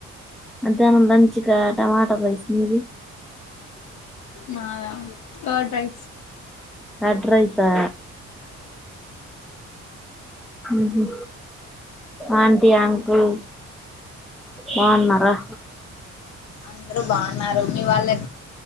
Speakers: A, in the centre; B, on the left.
A: మధ్యాహ్నం లంచిక టమాటా రైస్ మీది
B: మాధా కర్డ్ రైస్
A: కర్డ్ రైసా హ హమ్ ఆంటీ అంకుల్ బాగున్నారా
B: అందరు బాగున్నారు మీ వాళ్ళు ఏ